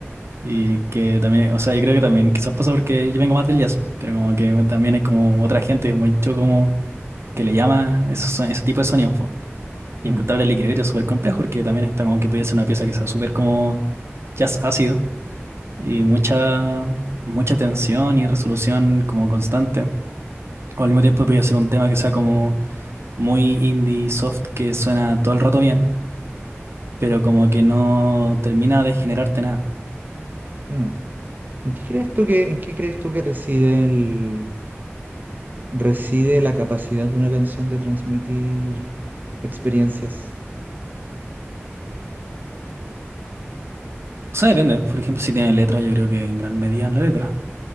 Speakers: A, on the right (about 70°); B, on the right (about 45°).
A: Y que también, o sea, yo creo que también quizás pasa porque yo vengo más del jazz, pero como que también hay como otra gente mucho como que le llama esos, son- ese tipo de sonidos, po. Y
B: Mm,
A: encontrar el equilibrio es súper complejo porque también está como que podría ser una pieza que sea súper como jazz ácido y mucha, mucha tensión y resolución como constante. O al mismo tiempo podría ser un tema que sea como muy indie soft que suena todo el rato bien, pero como que no termina de generarte nada.
B: mm. ¿En qué crees tú que, en qué crees tú que reside el, reside la capacidad de una canción de transmitir experiencias?
A: O sea, depende. Por ejemplo, si tiene letra, yo creo que en gran medida en la letra.